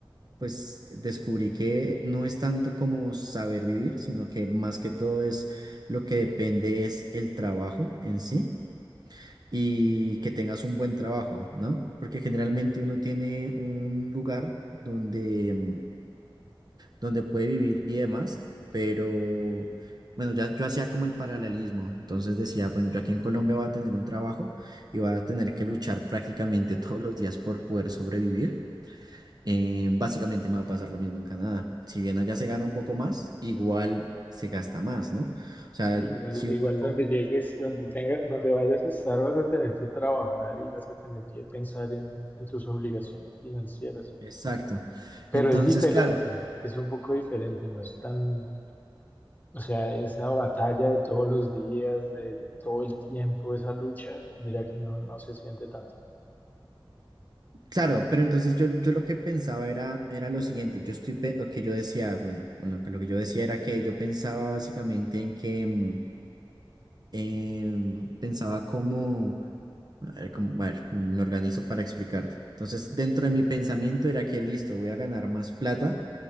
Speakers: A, on the right (about 50°); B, on the left (about 20°).
A: pues descubrí que no es tanto como saber vivir, sino que más que todo es lo que depende es el trabajo en sí. Y que tengas un buen trabajo, ¿no? Porque generalmente uno tiene un lugar donde mm, donde puede vivir y demás, pero bueno, ya yo hacía como el paralelismo, entonces decía, bueno, yo aquí en Colombia voy a tener un trabajo y voy a tener que luchar prácticamente <laughs> todos los días por poder sobrevivir. Eh, básicamente me va a pasar lo mismo en Canadá. Si bien allá se gana un poco más, igual se gasta más, ¿no? O sea,
B: Sí, igual,
A: si
B: igual
A: uno... com-
B: donde llegues, donde tenga, donde vayas a estar, vas a tener que trabajar y vas a tener que pensar en, en tus obligaciones financieras.
A: Exacto.
B: Pero
A: Entonces,
B: es diferente,
A: claro,
B: es un poco diferente, no es tan, o sea, esa batalla de todos los días, de todo el tiempo, esa lucha, mira que no, no se siente tanto.
A: Claro, pero entonces yo, yo lo que pensaba era, era lo siguiente, yo estoy, pe- o que yo decía, bueno, bueno, que lo que yo decía era que yo pensaba básicamente en que mm, em, pensaba como, a ver, como- a ver, me organizo para explicarte. Entonces, dentro de mi pensamiento era que listo, voy a ganar más plata,